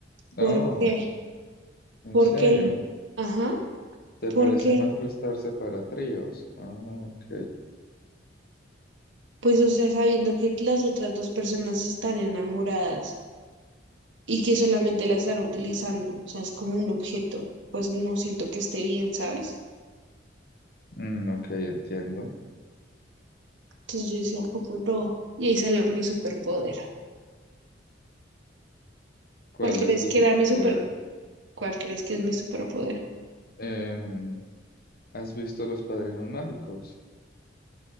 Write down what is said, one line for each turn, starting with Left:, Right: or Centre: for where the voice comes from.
Right: ¿Por
Left: Oh,
Right: qué?
Left: ¿en
Right: Porque
Left: serio?
Right: el, ajá,
Left: ¿Te parece
Right: porque,
Left: mal prestarse para tríos? Ah, ok.
Right: pues, o sea, sabiendo que las otras dos personas están enamoradas y que solamente la están utilizando, o sea, es como un objeto, pues no siento que esté bien, ¿sabes?
Left: Mm, ok, entiendo.
Right: Entonces yo decía como, no, y ahí salió mi superpoder.
Left: ¿Cuál
Right: ¿Cuál crees
Left: es tu
Right: que
Left: superpoder?
Right: era mi superpoder? ¿Cuál crees que es mi superpoder?
Left: Em, ¿has visto Los Padrinos Mágicos?